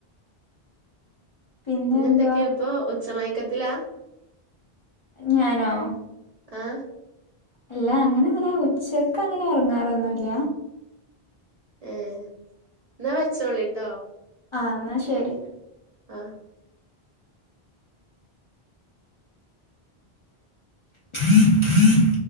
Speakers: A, on the left; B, on the right.
A: പിന്നെ
B: പിന്നെന്തൊക്കെയാ
A: എന്തുവാ
B: ഇപ്പ ഉച്ച മയക്കത്തിലാ
A: ഞാനോ
B: ആഹ്
A: അല്ല അങ്ങനൊന്നും ഇല്ല ഉച്ചയ്ക്ക് അങ്ങനെ ഒറങ്ങാറൊന്നും ഇല്ല
B: ഏഹ് എന്നാ വെച്ചോളീട്ടോ
A: ആഹ് എന്നാ ശരി
B: ആഹ്
A: ംം <unintelligible>